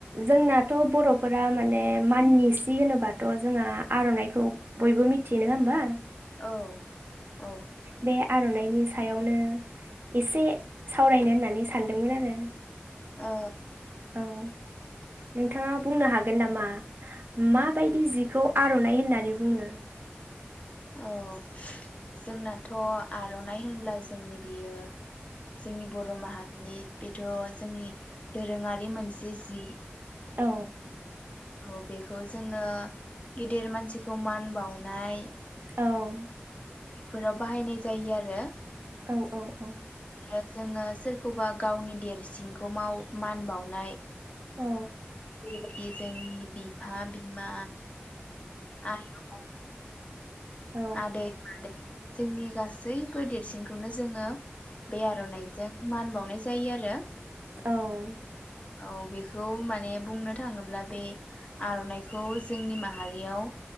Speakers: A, on the right; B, on the left.
A: जोंनाथ' बर'फोरा माने माननि सि होनोबाथ' जोंहा आर'नाइखौ बयबो मिथियो नोङा होमबा?
B: औ। औ।
A: बे आरनाइनि सायावनो एसे सावरायनो होननानै सानदोंमोन आरो।
B: औ
A: उम नोंथाङा बुंनो हागोन नामा माबायदि जिखौ आरनाइ होननानै बुङो।
B: औ। जोंनाथ आरनाइ होनब्ला जोंनि बियो जोंनि बर माहा नि बेथ जोंनि दोरोङारि मोनसे जि
A: औ।
B: औ बेखौ जोङो गिदिर मानसिखौ मान बावनाय
A: औ।
B: बेफोराव बाहायनाय जायो आरो
A: औ औ औ
B: आरो जोङो सोरखौबा गावनि देरसिनखौ माव मान बावनाय
A: औ
B: बेबायदि जोंनि बिफा-बिमा <unintelligible>
A: औ
B: आदै मादै जोंनि गासैबो देरसिनखौनो जोङो बे आरनाइजों मान बावनो नाय जायो आरो
A: औ
B: औ बेखौ माने बुंनो थाङोब्ला बे आरनाइखौ जोंनि माहारियाव